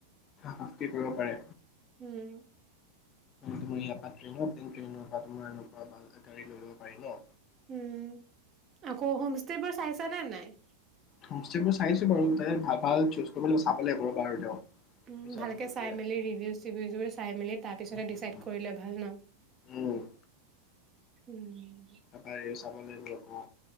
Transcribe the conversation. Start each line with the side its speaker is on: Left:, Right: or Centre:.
Left: হা কি কৰিব পাৰে।
Right: উম।
Left: তুমি ইয়াৰ পৰা ট্ৰেইনত, ট্ৰেইনৰ পৰা তোমাৰ এনেকুৱা বা গাড়ী লৈ লব পাৰি ন।
Right: উম, আকৌ হোমষ্টে বোৰ চাইছা নে নাই?
Left: হোমষ্টেবোৰ চাইছো বাৰু তে, ভাল ভাল চুজ কৰিবলৈ চাব লাগিব বাৰু তেওঁ বুজিছা
Right: উম ভালকে
Left: নহ'লে
Right: চাই মেলি ৰিভিউজ চিভিউজবোৰ চাই মেলি তাৰ
Left: উম,
Right: পিছতে
Left: উম,
Right: ডিচাইড
Left: উম।
Right: কৰিলে ভাল ন,
Left: উম,
Right: উম।
Left: তাৰপৰা এই চাব লাগিব অ